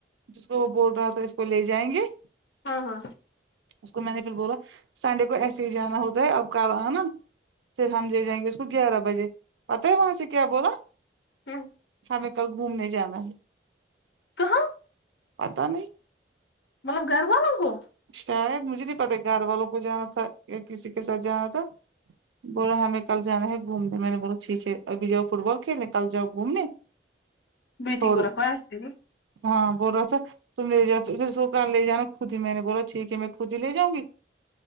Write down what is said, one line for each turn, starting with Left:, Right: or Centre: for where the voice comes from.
Right: جس کو وہ بول رہا تھا اس کو لے جائیں گے
Left: ہاں ہاں
Right: اس کو مینیجر بول رہا سنڈے کو ایسے ہی جانا ہوتا اب کل آنا پھر ہم لے جائیں گے اس کو گیارہ بجے پتا ہے وہاں سے کیا بولا
Left: ہوں
Right: ہمیں کل گھومنے جانا ہے
Left: کہاں
Right: پتا نہیں
Left: مطلب گھر والوں کو
Right: شاید مجھے نہیں پتا گھر والوں کو جانا تھا یا کسی کے ساتھ جانا تھا بولا ہمیں کل جانا ہے گھومنے میں نے بولا ٹھیک ہے ابھی جاؤ فٹ بال کھیلے کل جاؤ گھومنے
Left: بیٹی
Right: چھوڑ
Left: کو رکھا ہے پھر
Right: ہاں بول رہا تھا تم لے جاؤ اس کو لے جانا خود ہی میں نے بولو ٹھیک ہے میں خود ہی لے جاؤں گی